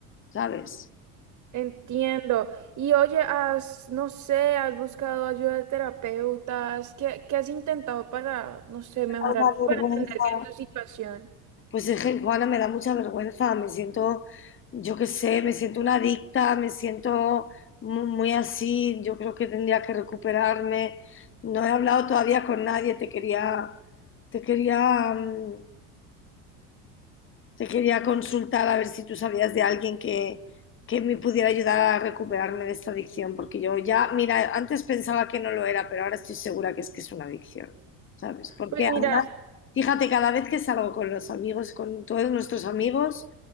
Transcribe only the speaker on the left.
¿sabes?
Una
vergüenza
Pues es que, Juana, me da mucha vergüenza, me siento, yo qué sé, me siento una adicta, me siento mu- muy, así, yo creo que tendría que recuperarme. No he hablado todavía con nadie, te quería, te quería, mm, te quería consultar a ver si tú sabías de alguien que, que me pudiera ayudar a recuperarme de esta adicción, porque yo ya, mira, antes pensaba que no lo era, pero ahora estoy segura que es que es una adicción. ¿Sabes? Porque
ahora, fíjate, cada vez que salgo con los amigos, con todos nuestros amigos,